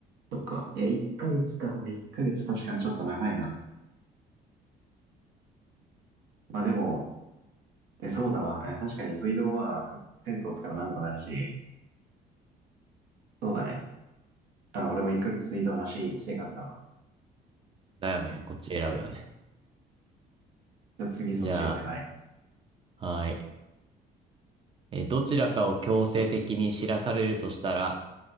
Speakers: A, on the right; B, on the right.
A: そっか。いや、1ヶ月か。1ヶ月確かにちょっと長いな。まあでも、え、そうだわ。え確かに水道は、ふ銭湯使えばなんとかなるし。そうだね。あ、俺も1ヶ月水道なし生活だわ。
B: だよね。こっち選ぶよね。
A: じゃあ次そっちお願い。
B: じゃあ、はい。えー、どちらかを強制的に知らされるとしたら、